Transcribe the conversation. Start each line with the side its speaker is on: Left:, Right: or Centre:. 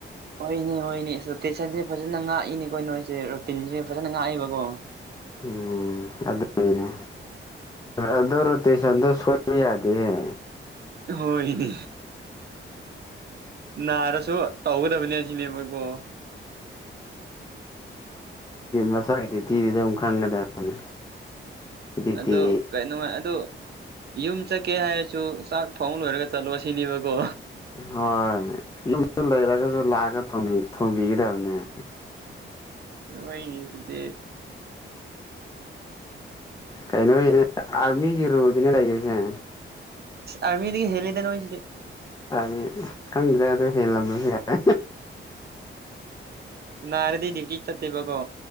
Right: ꯍꯣꯏꯅꯦ ꯍꯣꯏꯅꯦ ꯑ ꯇꯦꯁꯟꯁꯦ ꯐꯖꯅ ꯉꯥꯛꯏꯅꯤꯀꯣ ꯅꯣꯏꯁꯦ ꯔꯨꯇꯤꯟꯁꯦ ꯐꯖꯅ ꯉꯥꯛꯏꯕꯀꯣ
Left: ꯎꯝ ꯑꯗꯨꯅꯦ ꯑꯗꯔꯣꯇ ꯁꯟꯗꯣꯁ ꯑꯣꯏꯕ ꯌꯥꯗꯦꯦ
Right: ꯍꯣꯏꯅꯤ ꯅꯥꯔꯁꯨ ꯇꯧꯒꯗꯕꯅꯦ ꯑꯁꯤꯅꯦꯕꯀꯣ
Left: ꯃꯁꯇꯤꯗꯨꯗ ꯑꯗꯨ ꯈꯪꯒꯗꯕꯅꯤ ꯗ꯭ꯌꯨꯇꯤ
Right: ꯑ ꯀꯩꯅꯣꯃꯥꯏ ꯑꯣ ꯌꯨꯝ ꯆꯠꯀꯦ ꯍꯥꯏꯔꯁꯨ ꯆꯥꯛ ꯊꯣꯡ ꯂꯣꯏꯔꯒ ꯆꯠꯂꯣ ꯁꯤꯅꯦꯕꯀꯣ
Left: ꯍꯣꯏ ꯌꯨꯝ ꯂꯩꯔꯒꯁꯨ ꯂꯥꯛꯑꯒ ꯊ ꯊ ꯤꯗ ꯑꯃꯅꯤꯅꯦ
Right: ꯑꯩ ꯁꯤꯗꯤ
Left: ꯀꯩꯅꯣꯅꯦ ꯑꯥꯔꯃꯤꯒꯤ ꯔꯨꯜꯗꯤꯅꯦ ꯂꯩꯔꯤꯁꯦ
Right: ꯑꯔꯃꯤꯗꯒꯤꯗꯒꯤ ꯍꯦꯜꯂꯗꯅꯣꯁꯤꯗꯤ
Left: ꯗꯤ ꯈꯪꯗ꯭ꯔꯦ ꯑꯗꯨꯗꯣ ꯍꯦꯜꯂꯝꯂ ꯌꯥꯔ
Right: ꯅꯔꯗꯤ ꯗ꯭ꯌꯨꯇꯤ ꯆꯠꯇꯦꯕꯀꯣ